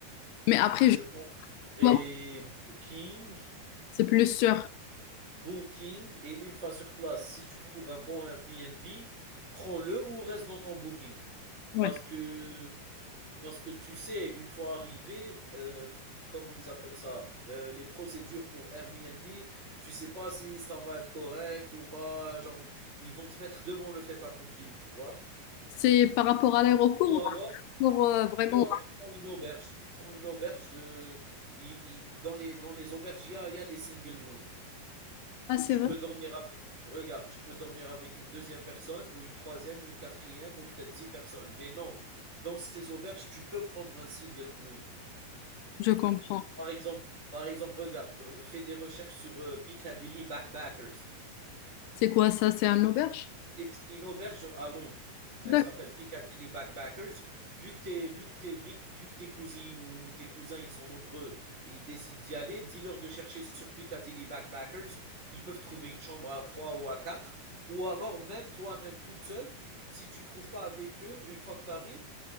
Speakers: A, on the left (about 80°); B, on the right (about 20°).
A: Mais après,
B: Je
A: je
B: pense qu'il faudrait
A: vois,
B: Booking,
A: c'est plus sûr.
B: Booking, et une fois sur place, si tu trouves un bon Airbnb, prends-le ou reste dans ton Booking.
A: Ouais.
B: Parce que Parce que tu sais, une fois arrivé, euh, comment ils appellent ça, euh, les procédures pour Airbnb, tu sais pas si ça va être correct ou pas. Genre, ils vont te mettre devant le fait accompli, tu vois.
A: C'est par rapport à l'aéroport
B: Ou
A: ou
B: alors,
A: pour euh, vraiment.
B: ou alors prends une auberge, prends une auberge de, il- il- dans les dans les auberges, il y a, il y a les single rooms.
A: Ah, c'est
B: Tu
A: vrai,
B: peux dormir avec, regarde, tu peux dormir avec une deuxième personne ou une troisième, une quatrième ou peut-être six personnes. Mais non, dans ces auberges, tu peux prendre un single room.
A: je comprends.
B: Par exemple, par exemple, regarde, re- fais des recherches sur euh, Piccadilly Backpackers.
A: C'est quoi ça? C'est un auberge?
B: C'est c'est une auberge à Londres.
A: D'accord.
B: Elle s'appelle Piccadilly Backpackers. Vu que, t'es- vu, que t'es- vu, que- vu que tes cousines ou tes cousins, ils sont nombreux et ils décident d'y aller, dis-leur de chercher sur Piccadilly Backpackers. Ils peuvent trouver une chambre à trois ou à quatre. Ou alors, même toi-même, toute seule, si tu trouves pas avec eux, une fois que tu arrives,